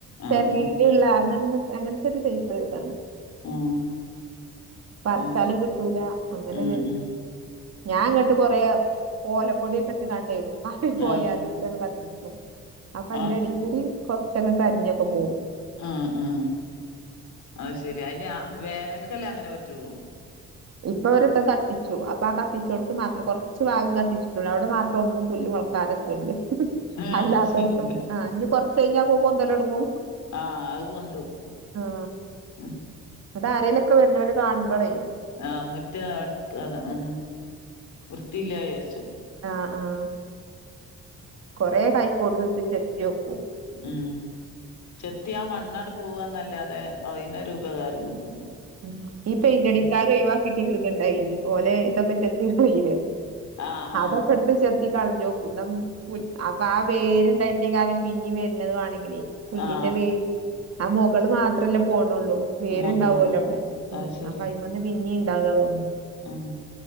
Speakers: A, on the left; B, on the right.
A: ആ
B: ചെറല്ലള്ള
A: ആ
B: അങ്ങനെ അങ്ങനെ <unintelligible> ഇതാണ്
A: ആ
B: പർച്ചാലും
A: അത് ശരി
B: കിട്ടൂല അങ്ങനെരു
A: ഉം ഉം
B: ഞാൻ അങ്ങട്ട് കൊറെ ഓലക്കൊടിയൊക്കെ ഇട്ട് കണ്ടേ മാറി പോയാലും
A: ആ
B: ഇ കത്തികും അപ്പൊ അതിന്റെ
A: ആ
B: അടിൽ കൂടി കുറച്ചൊക്കെ കരിഞ്ഞൊക്കെ പോവും
A: ആ ആ അത് ശെരി അതിന് വേനൽക്കല്ലേ അങ്ങനെ പറ്റുള്ളൂ
B: ഇപ്പൊ ഒരോട്ടം കത്തിച്ചു അപ്പൊ ആ കത്തിച്ച കൊടുത്ത് മാത്രം കുറച്ച് ഭാഗം കത്തിച്ചിട്ടുള്ളൂ അവിടെ മാത്രം ഒന്നും പുല്ല് മുളക്കാതെ ഇതുണ്ട്
A: ഏ
B: അല്ലാത്തടത്ത
A: അത് ശരി
B: ആ ഇനി കൊറച്ച് കഴിഞ്ഞാ പോന്തല് തുടങ്ങും
A: ആ അത് പൊന്തും
B: ആഹ
A: ഉം
B: അത് ആരലൊക്കെ വരുന്നല് കാണുമ്പോളേ
A: ആ് മുറ്റ അത് ഉ വൃത്തിയില്ലായ വിചാരിച്ചു
B: ആഹ ആഹ കൊറെേ കായ്ക്കോടുന്നട്ട് ചെത്തിയോക്കും
A: ആ ചെത്തിയാ മണ്ണാണ്ട് പോവ എന്നല്ലാതെ അതിനൊരു ഉപകാരം കിട്ടൂല
B: ഉ ഈ പെയിന്റ് അടിക്കാർ
A: ഉം
B: ഒഴിവാക്കിയ <unintelligible> ഓലെ ഇതൊക്കെ ചെത്തി പോയിലെഅതൊക്കെടുത്ത്
A: ആ ആ
B: ചത്തി കളഞ്ഞ <unintelligible> അപ്പൊ ആ വേരുണ്ടായിട്ടേ കാര്യം പിന്നീ വരുന്നതു വേണെങ്കിലേ പുല്ലിന്റെ
A: ആ
B: വേ ആ മുകള് മാത്രല്ലേ പോണള്ളൂ വേരുണ്ടാവുമല്ലോ
A: മകളും ആഹ്
B: അവിടെ ഉ
A: അത് ശരി
B: അപ്പ അയിമന്ന് പിന്നെ ഉണ്ടാകുതോ
A: ഉം